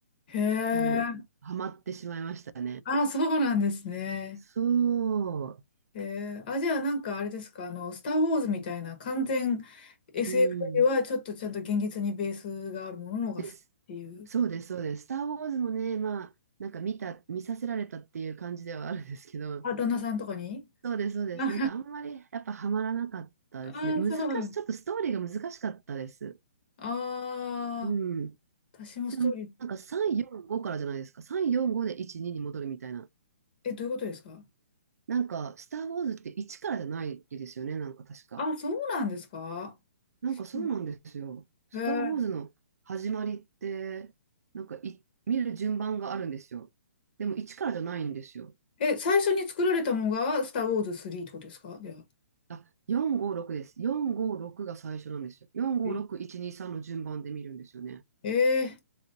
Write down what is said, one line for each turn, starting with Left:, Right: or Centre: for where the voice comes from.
Left: へえ、
Right: もうハマってしまいました。
Left: ああ、そうなんですね。
Right: そう。
Left: えー、あ、じゃあなんかあれですか、あの、スター・ウォーズみたいな完全 SF
Right: うん、
Left: よりはちょっとちゃんと現実にベースがあるもののが好きっていう。
Right: です。そうです、そうです。スター・ウォーズもね、まあ、なんか見た、見させられたっていう感じではあるんですけど、
Left: あ、旦那さんとかに
Right: そうです、そうです。
Left: <laughs> あ
Right: なんかあんまりやっぱハマらなかったですね。
Left: あ、
Right: 難し、
Left: そう。
Right: ちょっとストーリーが難しかったです。
Left: ああ、
Right: うん。
Left: 私もストーリー、
Right: しかもなんか3、4、5からじゃないですか。3、4、5で1、2に戻るみたいな。
Left: え、どういうことですか
Right: なんか、スター・ウォーズって1からじゃないですよね、なんか確か。
Left: あ、そうなんですか
Right: なんかそうなんですよ。
Left: うん
Right: スター・
Left: えー
Right: ウォーズの始まりって、なんかい見る順番があるんですよ。でも1からじゃないんですよ。
Left: え、最初に作られたのがスター・ウォーズ3ってことですかじゃあ。
Right: あ、456です。456が最初なんですよ。456123の順番で見るんですよね。
Left: ええー